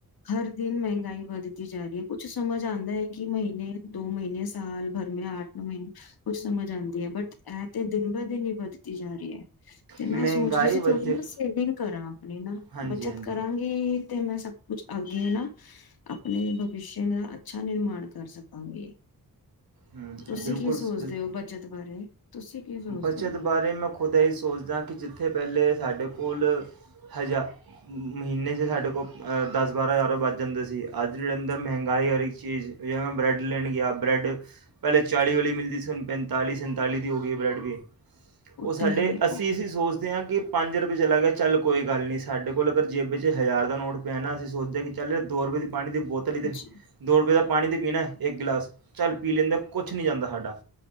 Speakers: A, on the left; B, on the right.
A: ਹਰ ਦਿਨ ਮਹਿੰਗਾਈ ਵੱਧਦੀ ਜਾ ਰੀ ਏ। ਕੁਛ ਸਮਝ ਆਂਦਾ ਏ ਕਿ ਮਹੀਨੇ ਦੋ ਮਹੀਨੇ ਯਾ ਸਾਲ ਭਰ ਮੇਂ ਅੱਠ-ਨੌ ਮਹੀਨੇ ਕੁਛ ਸਮਝ ਆਂਦੀ ਏ ਬਟ ਐ ਤੇ ਦਿਨ ਬ ਦਿਨ ਈ ਵੱਧਦੀ ਜਾ ਰੀ ਐ। ਤੇ ਮੈਂ
B: ਮਹਿੰਗਾਈ
A: ਸੋਚ ਰੀ ਸੀ ਥੋੜ੍ਹੀ
B: ਵਧੇ
A: ਨਾ ਸੇਵਿੰਗ ਕਰਾਂ। ਅਪਣੀ ਨਾ
B: ਹਾਂਜੀ
A: ਬੱਚਤ
B: ਹਾਂਜੀ
A: ਕਰਾਂਗੀ। ਤੇ ਮੈਂ ਸਭ ਕੁਛ ਅੱਗੇ ਨਾ ਅਪਣੇ ਭਵਿਸ਼ਯ ਦਾ ਅੱਛਾ ਨਿਰਮਾਣ ਕਰ ਸਕਾਂਗੀ।
B: ਹਮ,
A: ਤੁਸੀਂ
B: ਬਿਲਕੁਲ
A: ਕੀ
B: ਸ-
A: ਸੋਚਦੇ
B: ਬਿਲ-
A: ਔ ਬੱਚਤ ਬਾਰੇ? ਤੁਸੀਂ ਕੀ ਸੋਚਦੇ
B: ਬੱਚਤ
A: ਹੋ?
B: ਬਾਰੇ ਮੈਂ ਖੁਦ ਐ ਈ ਸੋਚਦਾ ਕਿ ਜਿੱਥੇ ਪਹਿਲੇ ਸਾਡੇ ਕੋਲ ਹਜਾ ਮਹੀਨੇ ਚ ਸਾਡੇ ਕੋਲ ਅ ਦਸ ਬਾਰਾਂ ਹਜ਼ਾਰ ਰੁਪਏ ਬਚ ਜਾਂਦੇ ਸੀ। ਅੱਜ ਦੀ ਡੇਟ ਅੰਦਰ ਮਹਿੰਗਾਈ ਔਰ ਹਰ ਇੱਕ ਵਿਵੇਂ ਹੁਣ ਬ੍ਰੈਡ ਲੈਣ ਗਿਆ, ਬਰੈਡ ਪਹਿਲੇ ਚਾਲੀ ਵਾਲੀ ਮਿਲਦੀ ਸੀ ਹੁਣ ਪੰਤਾਲੀ-ਸੰਤਾਲੀ ਦੀ ਹੋ ਗਈ ਐ ਬ੍ਰੈਡ ਵੀ। ਉਹ ਸਾਡੇ
A: ਤੇ ਹੈ ਹੀ
B: ਅਸੀਂ ਸੀ ਸੋਚਦੇ ਆਂ ਕਿ ਪੰਜ ਰਪ ਵੀ ਚਲਾ ਗਿਆ, ਚੱਲ ਕੋਈ ਗੱਲ ਨੀ ਸ ਸਾਡੇ ਕੋਲ ਅਗਰ ਜੇਬੇ ਚ ਹਜ਼ਾਰ ਦਾ ਨੋਟ ਪੈਣਾ ਅਸੀਂ ਸੋਚਦੇ ਆਂ ਕਿ ਚੱਲ ਦੋ ਰੁਪਏ ਦੀ ਪਾਣੀ ਦੀ ਬੋਤਲ ਇਦੇ
A: ਜੀ
B: ਦੋ ਰੁਪਏ ਦਾ ਪਾਣੀ ਤਾਂ ਪੀਣਾ ਇੱਕ ਗਿਲਾਸ ਚੱਲ ਪੀ ਲੈਂਦੇ ਕੁਛ ਨਹੀਂ ਜਾਂਦਾ ਸਾਡਾ।